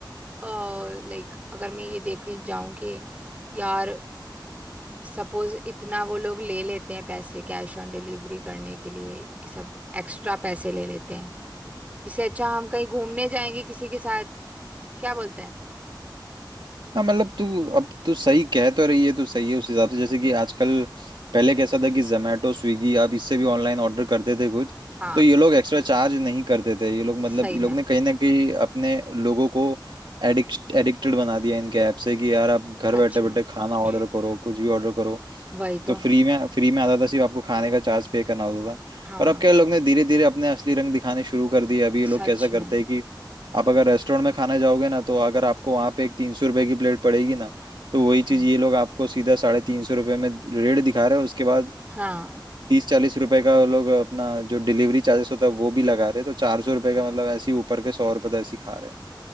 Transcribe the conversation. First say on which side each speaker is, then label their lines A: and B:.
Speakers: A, on the right (about 20°); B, on the right (about 70°).
A: लाइक अगर मैं ये देखे जाऊं कि यार सपोज इतना वो लोग ले लेते हैं पैसे कैश ऑन डिलीवरी करने के लिए ये सब एक्स्ट्रा पैसे ले लेते हैं इससे अच्छा हम कहीं घूमने जाएंगे किसी के साथ क्या बोलता है
B: हाँ मतलब तू अब तू सही कह तो रही है तू सही है उस हिसाब से जैसे
A: <clears throat>
B: कि आजकल पहले कैसा था कि जोमेटो स्विगी आप इससे भी ऑनलाइन ऑर्डर करते थे कुछ
A: हाँ
B: तो ये लोग एक्स्ट्रा चार्ज नहीं करते थे ये लोग मतलब
A: सही
B: ये लोग
A: में
B: ने कहीं ना कहीं अपने लोगों को एडिक्ट एडिक्टेड बना दिया इनके ऐप से कि यार आप घर
A: सच
B: बैठे
A: में
B: बैठे खाना
A: <clears throat>
B: ऑर्डर करो कुछ भी ऑर्डर करो
A: वही तो
B: तो फ्री में फ्री में आता था सिर्फ आपको खाने का चार्ज पे करना होता था
A: हाँ
B: पर अब क्या लोग ने धीरे धीरे अपने असली रंग दिखाने शुरू कर दिए अभी ये लोग
A: सच
B: कैसा करते
A: में
B: हैं कि आप अगर रेस्टोरेंट में खाना जाओगे ना तो अगर आपको वहां पे एक तीन सौ रुपए की प्लेट पड़ेगी ना तो वही
A: हाँ
B: चीज ये लोग आपको सीधा साढ़े तीन सौ रुपये में रेट दिखा रहे हैं उसके बाद
A: हाँ
B: तीस चालीस रुपए का वो लोग अपना जो डिलीवरी चार्जेस होता है वो भी लगा रहे हैं तो चार सौ रुपए का मतलब ऐसे ही ऊपर के सौ रुपए तो ऐसे ही खा रहे हैं